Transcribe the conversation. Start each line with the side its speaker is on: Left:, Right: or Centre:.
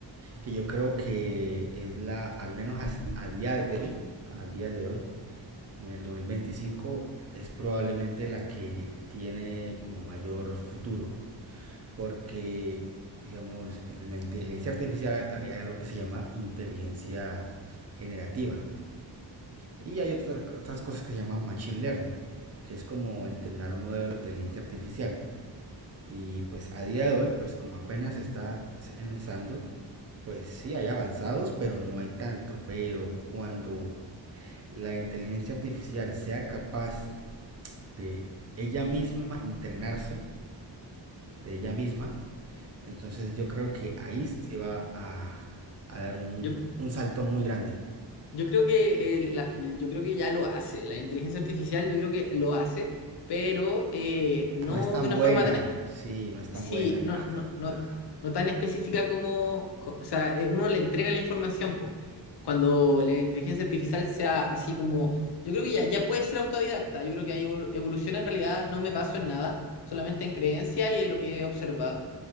Right: que yo creo que es la, al menos hasta- a día de hoy, a día de hoy, en el 2025, es probablemente la que tiene como mayor futuro, porque, digamos, en la inteligencia artificial hay hay algo que se llama inteligencia generativa, y hay otras, otras cosas que se llaman Machine Learning, que es como entrenar modelos de inteligencia artificial. Y pues a día de hoy, pues como apenas está empezando, pues sí hay avanzados, pero no hay tanto. Pero cuando la inteligencia artificial sea capaz de ella misma entrenarse, de ella misma, entonces yo creo que ahí se va a, a dar un,
Left: Yo,
Right: un, salto muy grande.
Left: yo creo que, eh, la- yo creo que ya lo hace. La inteligencia artificial yo creo que lo hace, pero eh, no
Right: No es tan
Left: de una
Right: buena,
Left: forma tan
Right: sí, no es tan
Left: sí,
Right: buena, nada,
Left: no, no, no,
Right: nada.
Left: no tan específica como, co- o sea, eh, uno le entrega la información, pues. Cuando la inteligencia artificial sea así como, yo creo que ya, ya puede ser autodidacta, yo creo que ahí evol- evoluciona en realidad, no me baso en nada, solamente en creencia y en lo que he observado